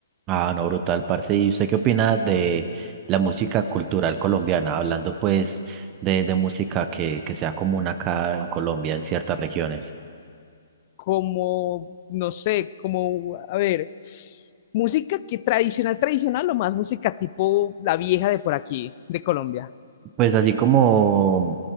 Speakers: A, on the right; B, on the left.
A: Ah, no, brutal, parce. ¿Y usted qué opina de la música cultural colombiana? Hablando pues de, de música que, que sea común acá en Colombia, en ciertas regiones.
B: Como, no sé, como, a ver, música que tradicional, tradicional o más música tipo la vieja de por aquí, de Colombia.
A: Pues así como